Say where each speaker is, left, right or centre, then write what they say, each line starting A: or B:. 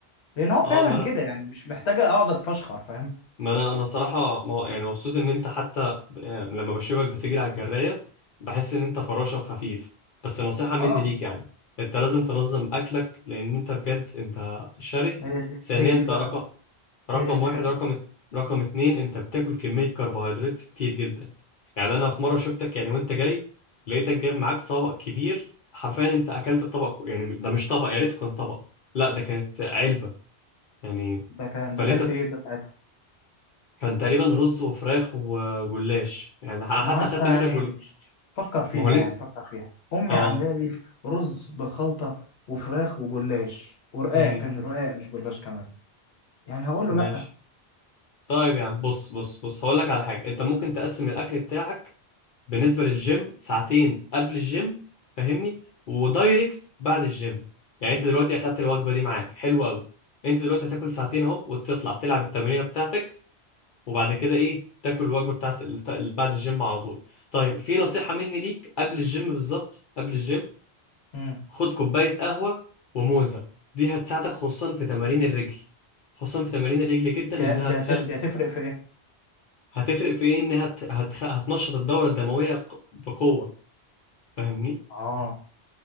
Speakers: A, on the left; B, on the left.
A: لان هو
B: اه
A: فعلا
B: ما انا
A: كده يعني مش محتاجه اقعد اتفشخر فاهم
B: ما انا انا صراحه ما يعني مبسوط ان انت حتى ب- آه، لما بشوفك بتجري على الجرايه بحس ان انت فراشه وخفيف بس نصيحه مني
A: اه
B: ليك يعني انت لازم تنظم اكلك لان انت بجد انت شره
A: هي دي
B: ثانيا
A: هي دي
B: ده
A: بقى
B: رقم رقم
A: هي دي المشكله
B: واحد رقم رقم اتنين انت بتاكل كميه كربوهيدرات كتير جدا يعني انا في مره شفتك يعني وانت جاي لقيتك جايب معاك طبق كبير حرفيا انت اكلت الطبق كو- يعني ده مش طبق يا ريت كان طبق لا ده كانت علبه يعني
A: ده كان
B: فاللي
A: ده اكلت
B: انت
A: ايه ده ساعتها
B: كان تقريبا رز وفراخ وجلاش يعني انا
A: ما
B: حتى
A: هو اصلا
B: خدت منك
A: يعني
B: جل
A: فكر فيها
B: ما هو ليه
A: يعني فكر فيها امي
B: اه
A: عامله لي رز بالخلطه وفراخ وجلاش ورقاق
B: امم
A: كان رقاق مش جلاش كمان يعني هقول له
B: ماشي
A: لا
B: طيب يعني بص بص بص هقول لك على حاجه انت ممكن تقسم الاكل بتاعك بالنسبه للجيم ساعتين قبل الجيم فاهمني ودايركت بعد الجيم يعني انت دلوقتي اخدت الوجبه دي معاك حلو قوي انت دلوقتي هتاكل ساعتين اهو وتطلع تلعب التمرينه بتاعتك وبعد كده ايه تاكل الوجبه بتاعت ال- بعد الجيم على طول طيب في نصيحه مني ليك قبل الجيم بالظبط قبل الجيم
A: امم
B: خد كوباية قهوة وموزة دي هتساعدك خصوصا في تمارين الرجل خصوصا في تمارين الرجل جدا
A: دي
B: انها
A: دي
B: تخل
A: هتف... دي هتفرق في ايه
B: هتفرق في ايه انها هت... هت... هتنشط الدورة الدموية ق- بقوة فاهمني
A: اه